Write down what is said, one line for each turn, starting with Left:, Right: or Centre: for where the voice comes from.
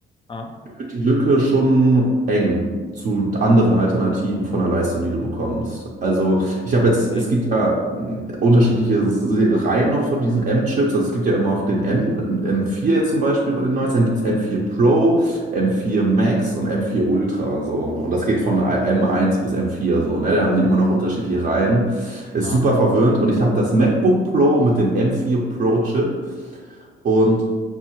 Left: Ah,
Right: wird die Lücke schon eng zu anderen Alternativen von der Leistung, die du bekommst. Also ich habe jetzt,
Left: okay.
Right: es gibt ja mh, unterschiedliche Se- Reihen noch von diesen M-Chips. Also es gibt ja immer noch den M, M4 jetzt zum Beispiel bei den Neuesten. Dann gibt es M4 Pro, M4 Max und M4 Ultra. So. Und das geht von M1 bis M4 so. Ne? Da haben die immer noch unterschiedliche Reihen. Ist
Left: Ah.
Right: super verwirrend. Und ich habe das MacBook Pro mit dem M4 Pro Chip. Und